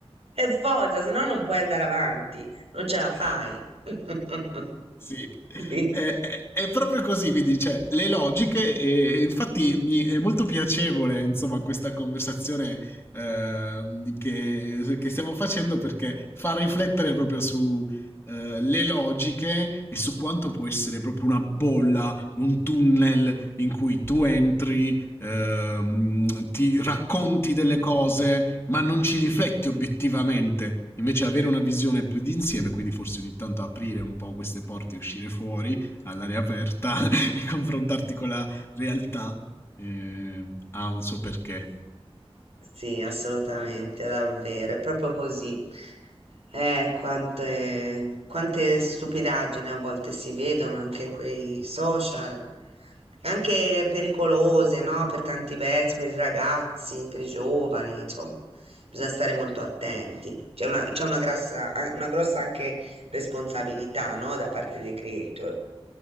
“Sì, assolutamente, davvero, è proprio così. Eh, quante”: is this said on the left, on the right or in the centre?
Right